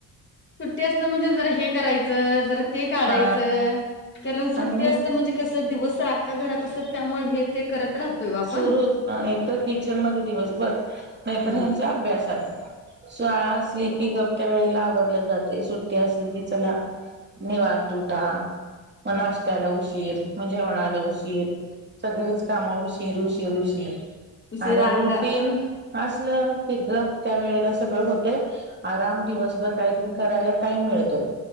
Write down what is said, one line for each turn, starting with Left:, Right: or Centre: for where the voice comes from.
Left: सुट्टी असल म्हणजे जरा हे करायचं जरा ते काढायचं
Right: हा
Left: कारण सुट्टी
Right: आणि
Left: असते म्हणजे कस दिवस घरात असत्यात त्यामुळे हे ते करत राहतोय ओ आपण
Right: सुरू होत एकतर किचन मध्ये दिवस बर नाहीतर
Left: हम्म
Right: ह्यांच्या अभ्यासात शाळा आसली की गप त्या वेळेला आवरलं जातय सुट्टी असली की चला निवात उ ठा म नाशत्याला उशीर मग जेवणाला उशीर सगळेच काम उशीर शीर उशीर-उशीर
Left: उशिरा
Right: आणि
Left: अक्का
Right: रुटीन असलं हे गप त्या वेळेला सगळं होतय आराम दिवसभर काहीतरी करायला टाइम मिळतोय.